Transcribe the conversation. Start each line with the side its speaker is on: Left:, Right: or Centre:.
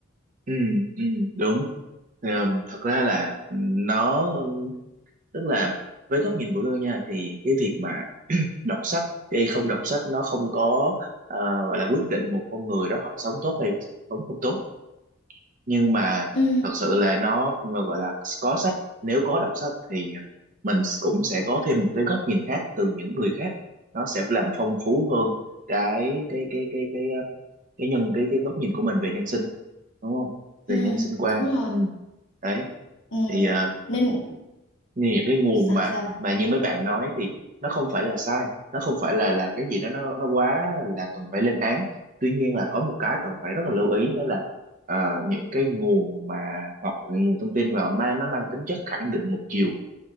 Right: ừ, ừ, đúng Thì, ờ, thật ra là nó tức là với góc nhìn của tôi nha thì cái việc mà đọc sách hay không đọc sách nó không có ờ, gọi là quyết định một con người đó họ sống tốt hay sống không tốt nhưng mà
Left: ừ,
Right: thật sự là nó gọi là có sách nếu có đọc sách thì mình cũng sẽ có thêm một cái góc nhìn khác từ những người khác nó sẽ làm phong phú hơn cái cái cái cái cái cái, cái nhân cái cái góc nhìn của mình về nhân sinh đúng không về
Left: ừ,
Right: nhân sinh quan
Left: đúng rồi
Right: ừ. đấy
Left: ừ,
Right: thì ờ,
Left: nên
Right: như những cái nguồn
Left: sao
Right: mà
Left: sao
Right: mà như mấy bạn nói thì nó không phải là sai nó không phải là là cái gì đó nó nó quá là cần phải lên án tuy nhiên là có một cái cần phải rất là lưu ý đó là ờ, những cái nguồn mà hoặc là nguồn thông tin mà ma nó mang tính chất khẳng định một chiều